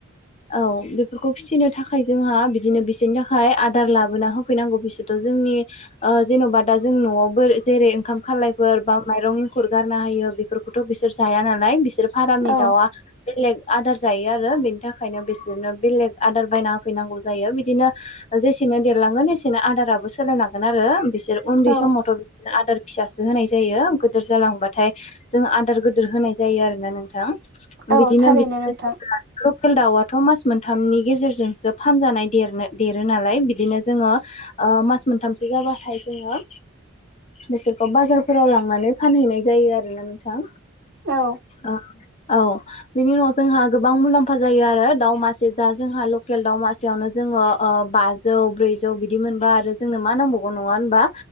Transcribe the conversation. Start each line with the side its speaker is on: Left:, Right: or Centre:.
Left: औ बेफोरखौ फिसिनो थाखाय जोंहा बिदिनो बिसोरनि थाखाय आदार लाबोना होफैनांगौ बिसोरथ' जोंनि ओ‌ जेन'बा दा जों न'आवबो जेरै ओंखाम खालायफोर बा माइरं एंखुर गारनो हायो बे फोरफोरखौथ' बिसोर जाया नालाय बिसोर फारामनि
Right: औ
Left: दाउआ बेलेग आदार जायो आरो बेनि थाखायनो बिसोरनो बेलेग आदार बायना होफैनांगौ जायो बिदिनो जेसेनो देरलांगोन एसेनो आदाराबो सोलायलांगोन आरो बिसोर उन्दै
Right: औ
Left: समावथ' आदार फिसासो होनाय जायो गोदोर जालांबाथाय जों आदार गोदोर होनाय जायो आरोना नोंथां
Right: औ
Left: बिदिनो
Right: थारैनो
Left: बि <unintelligible>
Right: नोंथां
Left: खेल दाउआथ' मास मोनथामनि गेजेरजोंसो फानजानाय देरनो-देरो नालाय बिदिनो जोङो ओ मास मोनथामसो जाबाथाय जोङो बिसोरखौ बाजारफोराव लांनानै फानहैनाय जायो आरो ना नोंथां।
Right: औ
Left: औ औ बेनि उनाव जोंहा गोबां मुलाम्फा जायो आरो दाव मासे जा जोंहा लकेल दावमासेयावनो जोङो ओ बाज जौ ब्रैजौ बिदि मोनबा आरो जोंनो मा नांबावगौ नङा होनबा?